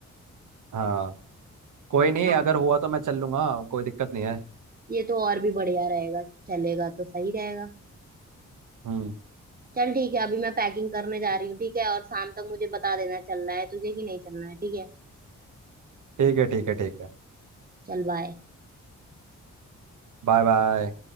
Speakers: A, on the right; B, on the right.
A: हाँ कोई नहीं
B: हाँ
A: अगर हुआ तो मैं चल लूंगा कोई दिक्कत नहीं है
B: ये तो और भी बढ़िया रहेगा चलेगा तो सही रहेगा
A: हम्म
B: चल ठीक है अभी मैं पैकिंग करने जा रही हूँ ठीक है और शाम तक मुझे बता देना चलना है तुझे कि नहीं चलना है ठीक है
A: ठीक है ठीक है ठीक है
B: चल बाय
A: Bye bye